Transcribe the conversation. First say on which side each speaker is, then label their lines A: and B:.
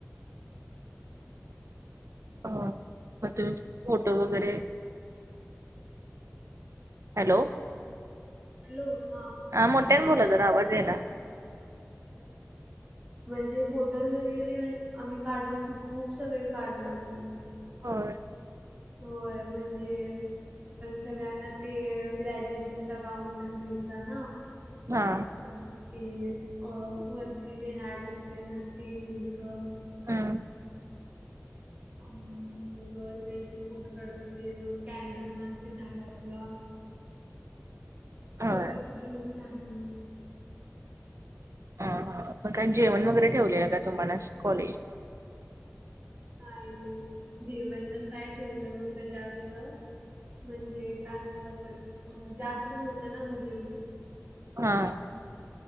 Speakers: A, on the right; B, on the right.
A: स
B: अं मग तुम्ही फोटो वगैरे हॅलो.
A: हॅलो, हा.
B: अं मोठ्याने
A: फोटोज
B: बोला जरा, आवाज येईना.
A: <unintelligible> म्हणजे फोटोज वगैरे आम्ही काढलो की, खूप सगळे काढलो आम्ही
B: होय.
A: होय, म्हणजे सगळ्यांना ते ग्रॅज्युएशनचा गाऊन पण दिलता ना.
B: हा.
A: आणि ते अं वरती जे हॅट असते ना, ते दिलंत.
B: हं.
A: <unintelligible> मग लई जण फोटो काढत होेते, मग कॅन्डल मार्च झाला आपला.
B: होय.
A: शपथ ग्रहण झाली.
B: ह हा मग काय जेवण वगैरे ठेवलेलं का तुम्हाला? असं कॉलेज
A: काय नाही, जेवण ते न काय ठेवलं नव्हतं जास्त. म्हणजे काय म्हणतात पण जास्त नव्हतं ना बजेट.
B: हा.